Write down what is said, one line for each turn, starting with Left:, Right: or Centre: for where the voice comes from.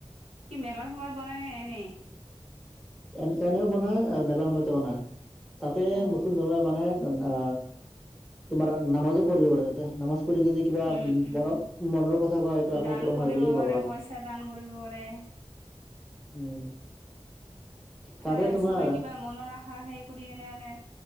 Right: কি মেলাৰ সময়ত বনাই নে এনে।
Centre: এ এনেও বনায় আৰু মেলা সময়টো বনাই তাতে
Right: অ
Centre: মুছলিম ধৰ্মৰ মানুহে মান আ তোমাৰ নামাজো পঢ়িব পাৰে তাতে নামাজ পঢ়ি যদি কিবা
Right: উম উম
Centre: ধৰক মনৰ কথা কয় সেইটো আশা
Right: দান
Centre: পূৰণ
Right: কৰিব
Centre: হয় বুলি ভবা
Right: পাৰে
Centre: হয়।
Right: পইচা দান কৰিব পাৰে
Centre: উম
Right: মানে
Centre: তাতে তোমাৰ
Right: চবে কিবা মনৰ আশা সেই কৰি কিনে মানে